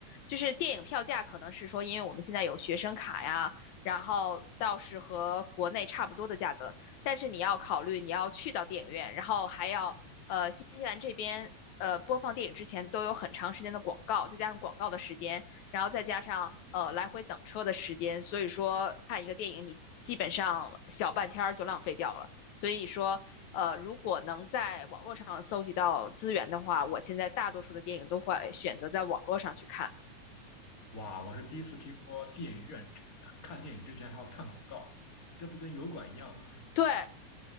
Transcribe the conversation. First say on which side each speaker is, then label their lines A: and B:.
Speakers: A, on the left; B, on the left.
A: 就是电影票价可能是说，因为我们现在有学生卡呀，然后倒是和国内差不多的价格，但是你要考虑你要去到电影院，然后还要呃新西兰这边呃播放电影之前都有很长时间的广告，再加上广告的时间，然后再加上呃来回等车的时间，所以说看一个电影你基本上小半天儿就浪费掉了。所以说，呃，如果能在网络上搜集到资源的话，我现在大多数的电影都会选择在网络上去看。
B: 哇，我是第一次听说电影院看电影之前还要看广告，这不跟油管一样吗？
A: 对，